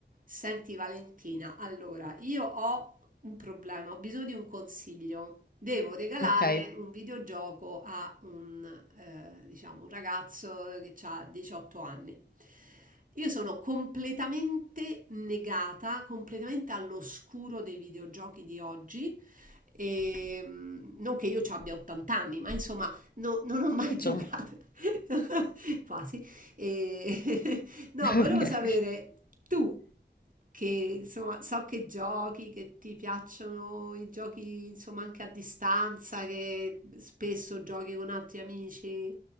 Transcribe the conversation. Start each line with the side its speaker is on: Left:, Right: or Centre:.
Right: Senti Valentina, allora io ho un problema, ho bisogno di un consiglio. Devo regalare
Left: Ok,
Right: Ok. un videogioco a un, eh, diciamo, un ragazzo che ha 18 anni. Io sono completamente negata, completamente all'oscuro dei videogiochi di oggi. E, mm, non che io ci abbia 80 anni, ma insomma, no- non ho mai
Left: insomma.
Right: giocato. <laughs> Quasi. E... <laughs> no,
Left: <laughs>
Right: volevo
Left: Ok.
Right: sapere, tu che insomma so che giochi, che ti piacciono i giochi insomma anche a distanza, che spesso giochi con altri amici,